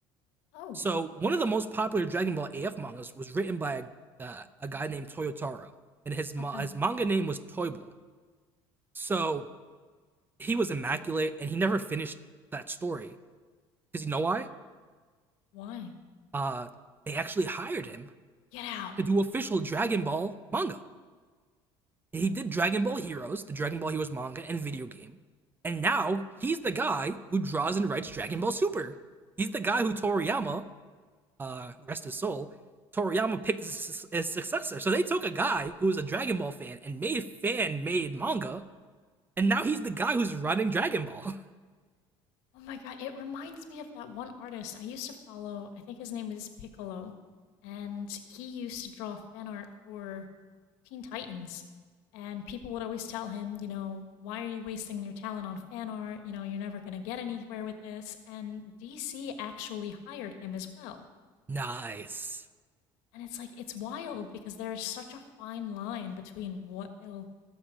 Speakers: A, on the left; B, on the right.
A: oh
B: So one of the most popular Dragon Ball AF mangas was written by a, uh, a guy named Toyotaro, and his ma-
A: okay
B: his manga name was Toible. So he was immaculate, and he never finished that story because you know why?
A: why
B: Uh, they actually hired him
A: get out
B: to do official Dragon Ball manga. And he did Dragon Ball Heroes, the Dragon Ball Heroes manga and video game, and now he's the guy who draws and writes Dragon Ball Super. He's the guy who Toriyama uh, rest his soul, Toriyama picked his, his successor. So they took a guy who was a Dragon Ball fan and made fan made manga, and now he's the guy who's running Dragon Ball.
A: oh my god it reminds me of that one artist i used to follow i think his name was piccolo and he used to draw fan art for teen titans and people would always tell him, you know, why are you wasting your talent on fan art? You know, you're never going to get anywhere with this. And DC actually hired him as well
B: <laughs> nice.
A: And it's like it's wild because there is such a fine line between what they'll